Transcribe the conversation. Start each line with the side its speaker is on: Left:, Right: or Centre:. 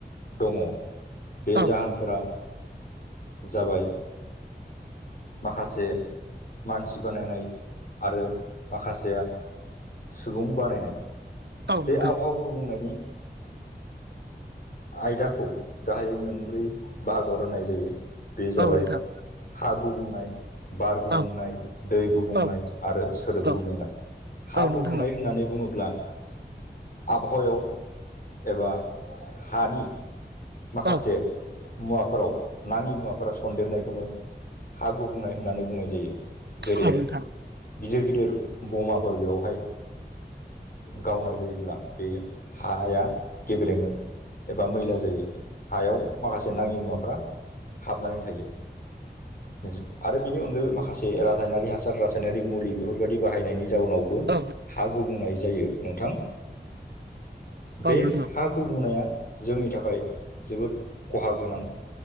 Left: दङ बे
Right: औ
Left: जाहोनफोरा जाबाय माखासे मानसि बानायनाय आरो माखासेया सुबुं बानायनाय
Right: औ
Left: बे
Right: नोंथां
Left: आबहावा गुबुंनायनि आयदाखौ गाहाय मोनब्रै बाहागोआव राननाय जायो बे जाबाय
Right: औ नोंथां
Left: हा गुबुंनाय, बार गुबुंनाय,
Right: औ
Left: दै गुबुंनाय
Right: औ
Left: आरो सोदोब
Right: औ
Left: गुबुंनाय। हा
Right: औ नोंथां
Left: गुबुंनाय होननानै बुङोब्ला आबहावायाव एबा हानि माखासे
Right: औ
Left: मुवाफोराव नाङि मुवाफोरा सन्देरनायखौनो हा गुबुंनाय होननानै बुंनाय जायो। जेरै
Right: औ नोंथां
Left: गिदिर गिदिर बमाफोर बेवहाय गावनाय जायोब्ला बे हाया गेब्रेङो एबा मैला जायो हायाव माखासे नाङि मुवाफ्रा हाबनानै थायो। <unintelligible> आरो बिनि अनगायै माखासे रासायनारि हासार रासायनारि मुलि बेफोरबायाददि बाहायनायनि जाउनावबो
Right: औ
Left: हा गुबुंनाय जायो नोंथां।
Right: औ
Left: बे
Right: नोंथां
Left: हा गुबुंनाया जोंनि थाखाय जोबोद खहा गोनां।